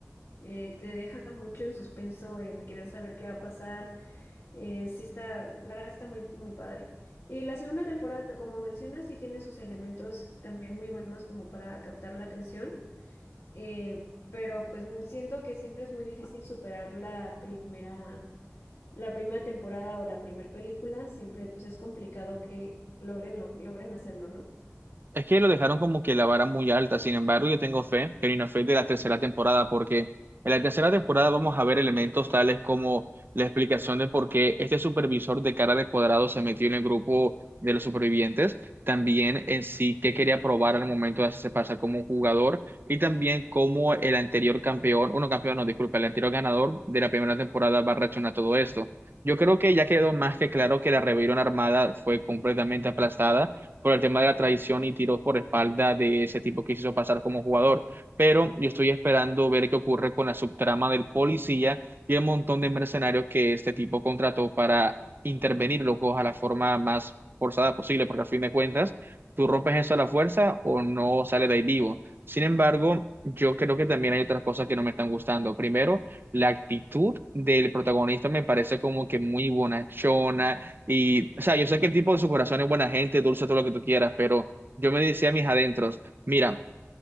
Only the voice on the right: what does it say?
Es que lo dejaron como que la vara muy alta, sin embargo, yo tengo fe, pero una fe de la tercera temporada, porque en la tercera temporada vamos a ver elementos tales como la explicación de por qué este supervisor de cara de cuadrado se metió en el grupo de los supervivientes, también en sí qué quería probar al momento de hacerse pasar como un jugador, y también cómo el anterior campeón, uno campeón, no, disculpa, el anterior ganador de la primera temporada va a reaccionar a todo esto. Yo creo que ya quedó más que claro que la rebelión armada fue completamente aplastada por el tema de la traición y tiros por espalda de ese tipo que se hizo pasar como jugador. Pero yo estoy esperando ver qué ocurre con la subtrama del policía y el montón de mercenarios que este tipo contrató para intervenir, locos, a la forma más forzada posible, porque a fin de cuentas, tú rompes eso a la fuerza o no sales de ahí vivo. Sin embargo, yo creo que también hay otras cosas que no me están gustando. Primero, la actitud del protagonista me parece como que muy bonachona, y, o sea, yo sé que el tipo en su corazón es buena gente, dulce, todo lo que tú quieras, pero yo me decía a mis adentros, mira,